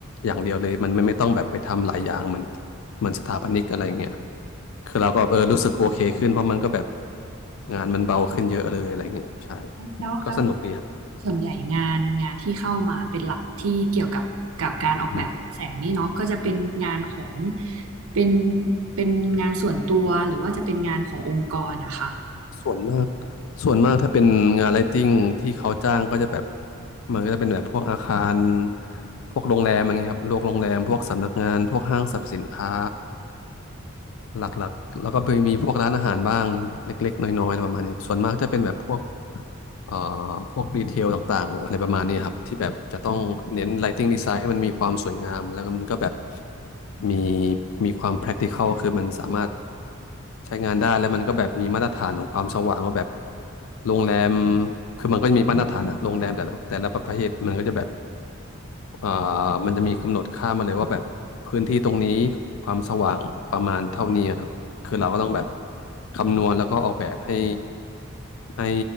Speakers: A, on the left; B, on the right.
A: อย่างเดียวเลยมันไม่ไม่ต้องแบบไปทำหลายอย่างเหมือนเหมือนสถาปนิกอะไรเงี้ยคือเราก็เออรู้สึกโอเคขึ้นเพราะมันก็แบบงานมันเบาขึ้นเยอะเลยอะไรเงี้ยใช่
B: แล้วแล้ว
A: ก็สนุกดีครับ
B: ส่วนใหญ่งานงานที่เข้ามาเป็นหลักที่เกี่ยวกับกับการออกแบบแสงนี่เนาะก็จะเป็นงานของ
A: อืม
B: เป็นเป็นงานส่วนตัวหรือว่าจะเป็นงานขององค์กรนะคะ
A: ส่วนมากส่วนมากถ้าเป็นงานไลท์ติ้งที่เขาจ้างก็จะแบบมันก็จะเป็นแบบพวกอาคารพวกโรงแรมอะไรเงี้ยครับพวกโรงแรมพวกสำนักงานพวกห้างสรรพสินค้า หลักๆแล้วก็ไปมีพวกร้านอาหารบ้างเล็กๆน้อยๆอะไรประมาณเนี้ยส่วนมากจะเป็นแบบพวกเอ่อพวกดีเทลต่างๆอะไรประมาณนี้ครับที่แบบจะต้องเน้น lighting design ให้มันมีความสวยงามแล้วก็มันก็แบบมีมีความ practical คือมันสามารถใช้งานได้แล้วมันก็แบบมีมาตรฐานของความสว่างว่าแบบโรงแรมคือมันก็จะมีมาตรฐานอะโรงแรมแต่ละแต่ละประเภทมันก็จะแบบ อ่ามันจะมีกำหนดค่ามาเลยว่าแบบพื้นที่ตรงนี้ความสว่างประมาณเท่านี้ครับคือเราก็ต้องแบบคำนวณแล้วก็ออกแบบให้ให้